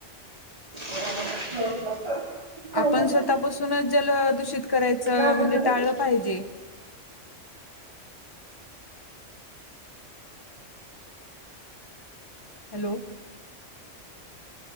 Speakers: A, on the right; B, on the left.
A: <unintelligible>
B: आपण
A: झालं
B: स्वतःपासूनच जल दूषित करायचं
A: घाबरलं
B: म्हणजे टाळलं
A: का
B: पाहिजे. हॅलो.